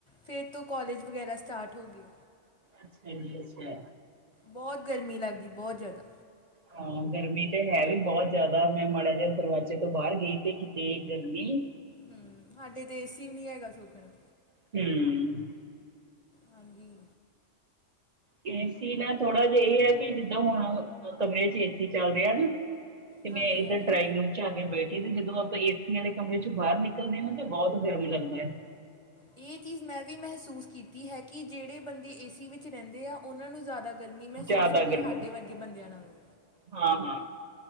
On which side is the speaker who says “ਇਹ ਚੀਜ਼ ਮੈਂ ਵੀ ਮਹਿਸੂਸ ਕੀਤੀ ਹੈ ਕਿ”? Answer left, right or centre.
Left